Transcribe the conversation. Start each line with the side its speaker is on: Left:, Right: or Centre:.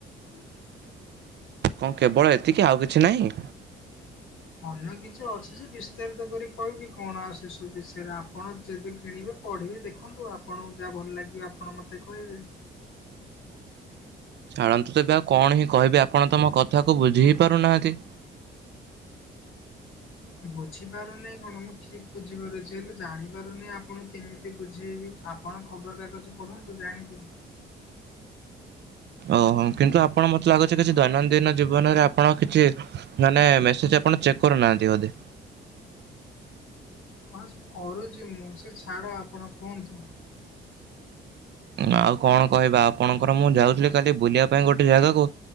Left: <inaudible>
Right: କଣ କେବଳ ଏତିକି ଆଉ କିଛି ନାଇଁ?
Left: ଅନ୍ୟ କିଛି ଅଛି ଯେ, ବିସ୍ତାରିତ କରି କହିବି କଣ ଆଉ ସେ ସବୁ ବିଷୟେରେ ଆପଣ ଯେବେ କିଣିବେ ପଢିବେ ଦେଖନ୍ତୁ ଆପଣଙ୍କୁ ଯାହା ଭଲ ଲାଗିବ ଆପଣ ମତେ କହିବେ।
Right: ଛାଡନ୍ତୁ ତେବେ ଆଉ କଣ ହିଁ କହିବି ଆପଣ ତ ମୋ କଥାକୁ ବୁଝି ହିଁ ପାରୁନାହାନ୍ତି।
Left: ବୁଝିପାରୁନେଇ କଣ ମୁଁ ଠିକ୍ ବୁଝିପାରୁଚି। ହେଲେ ଜାଣିପାରୁନି ଆପଣକୁ କେମିତି ବୁଝେଇବି। ଆ ପଣ ଖବରକାଗଜ ପଢନ୍ତୁ ଜାଣିବେ।
Right: ଓହୋ। କିନ୍ତୁ ଆପଣ ମତେ ଲାଗୁଚି କିଛି ଦୈନନ୍ଦିନ ଜୀବନରେ ଆପଣ କିଛି ମାନେ ମେସେଜ୍ ଆପଣ ଚେକ୍ କରୁନାହାନ୍ତି ବୋଧେ?
Left: ହଁ ସେ କରୁଚି ମୁଁ। ସେ ଛାଡ ଆପଣ କୁହନ୍ତୁ।
Right: ଆଉ କଣ କହିବା ଆପଣଙ୍କର ମୁଁ ଯାଉଥିଲି କାଲି ବୁଲିବା ପାଇଁ ଗୋଟେ ଜାଗାକୁ